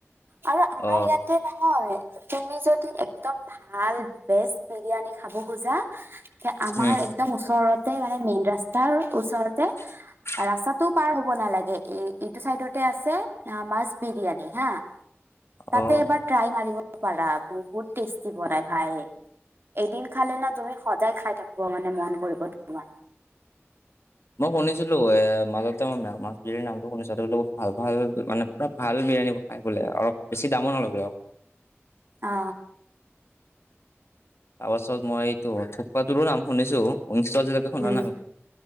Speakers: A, on the right; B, on the left.
A: আৰু আমাৰ
B: অ
A: ইয়াত তে নহয় তুমি যদি একদম ভাল বেচ বিৰিয়ানী খাব খোজা আমাৰ
B: উম
A: একদম ওচৰতে মানে মেইন ৰাস্তাৰ ওচৰতে
B: <inaudible>
A: ৰাস্তাটোও পাৰ হ'ব নালাগে এই-এইটো চাইদতে আছে মাছ বিৰিয়ানী হা
B: অ
A: তাতে এবাৰ ট্ৰাই মাৰিব পাৰা বহুত টেষ্টি বনাই ভাই। এদিন খালে না তুমি সদায় খাই থাকিব মানে মন কৰিব তোমাৰ।
B: মই শুনিছিলো এ মাজতে মই মাছ বিৰিয়ানীৰ নামটো শুনিছো ভাল ভাল মানে পুৰা ভাল বিৰিয়ানী পাই বোলে অলপ বেছি দামো নলয় বোলে
A: অ।
B: তাৰপাছত মই এইটো থুকপাটোৰো নাম শুনিছো উইংচটো আজিলৈকে শুনা
A: উম
B: নাই।